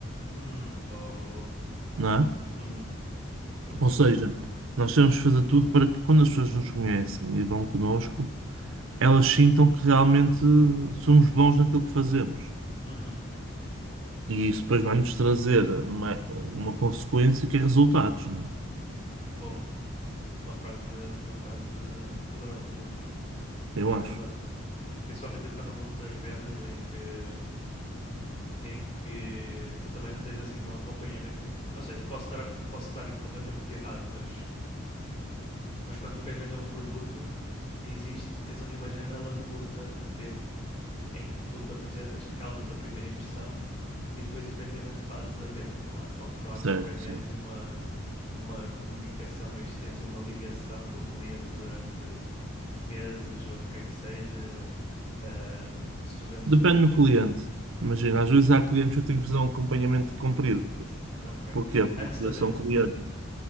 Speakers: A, on the left (about 30°); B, on the right (about 70°).
A: Hum, boa, boa,
B: não é?
A: boa. Uhum. Estou a
B: Ou
A: ver.
B: seja, nós temos que fazer tudo para que quando as pessoas nos conhecem e vão connosco, elas sintam que realmente somos bons naquilo que fazemos.
A: Uhum.
B: E
A: Yeah.
B: isso depois vai-nos trazer uma, uma consequência que é resultados, não é?
A: Boa. Uma frase, uma frase poderosa, é. Porque
B: Eu
A: é
B: acho.
A: verdade. Principalmente então no mundo das vendas em que hum, em que tu também não tens assim um acompanhamento. Não sei, posso estar, a f- posso estar completamente errado, mas, mas quando tu queres vender um produto, existe, tens ali uma janela curta de tempo em que tu te apresentas, causas a primeira impressão e depois efetivamente fazes a venda. Não há, não há
B: Certo,
A: propriamente
B: certo.
A: uma, uma comunicação extensa, uma ligação com o cliente durante meses ou o que é que seja. Ahm, se tu vendes.
B: Depende do cliente. Imagina,
A: hum,
B: às vezes há clientes que eu tenho que fazer um acompanhamento comprido.
A: ok.
B: Porquê? Porque
A: Antes da
B: são
A: venda?
B: clientes.